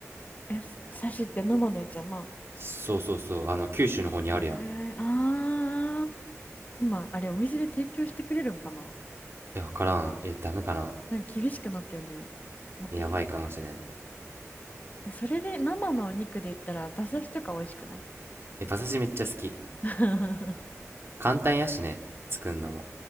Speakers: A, on the left (about 30°); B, on the right (about 50°).
A: え、刺しって生のやつやな。
B: そうそうそう。あの九州の方にあるやん。
A: ええあー。
B: い
A: 今、あれ、お店で提供してくれるんかな
B: や、わからん。え、ダメかな。
A: なんか厳しくなってるよね。なってるよね。
B: やばいかもしれん。
A: えそれで生のお肉で言ったら馬刺しとか美味しくない
B: え、馬刺しめっちゃ好き。
A: <laughs>
B: 簡単やしね。作るのも。